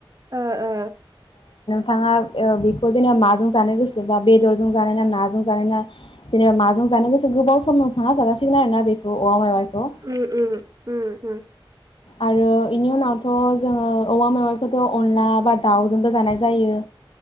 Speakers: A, on the right; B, on the left.
A: ओ ओ
B: थाङा ओ बेखौ जेनेबा माजों जानो गोसोबा बेदरजों जानो ना नाजों जानो ना जेनेबा माजों जानो गोसो गोबाव सम नोंथाङा जाजासि सिगोन आरोना बेखौ औवा मेवाइखौ
A: उम उम उम उम
B: आरो इनि उनावथ' जोङो औवा मेवाइख खोथ' अनला बा दाउजोंबो जानाय जायो।